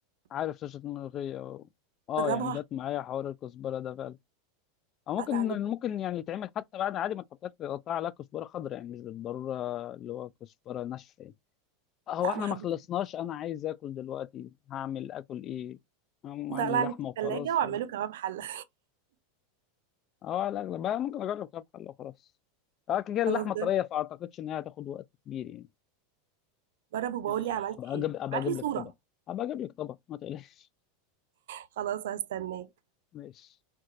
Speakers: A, on the left; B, on the right.
A: عارف شاشة ملوخية و... أه
B: جربها
A: يعني جت معايا حوار الكزبرة ده فعلا أو ممكن
B: هتعجبك
A: ممكن يعني يتعمل حتى بعد عادي ما تحطهاش تقطع عليها كزبرة خضراء يعني مش بالضرورة اللي هو كزبرة ناشفة يعني هو
B: لا
A: إحنا
B: ما حبيتهاش
A: ما خلصناش أنا عايز آكل دلوقتي هعمل آكل إيه؟ هعمل
B: قوم طلع
A: لحمة
B: لي في الثلاجه
A: وخلاص
B: واعمله
A: ولا
B: كباب حله
A: اه على الاغلب بقى ممكن اجرب كام حله وخلاص اه كده كده اللحمه
B: <laughs> خلاص
A: طريه
B: جرب
A: فاعتقدش ان هي هتاخد وقت كبير يعني
B: جرب وبقول
A: يلا
B: لي
A: بقى
B: عملت
A: ابقى اجيب
B: ايه
A: ابقى
B: ابعت
A: اجيب
B: لي صوره
A: لك طبق ابقى اجيب لك طبق ما تقلقش
B: خلاص هستناك
A: <laughs> ماشي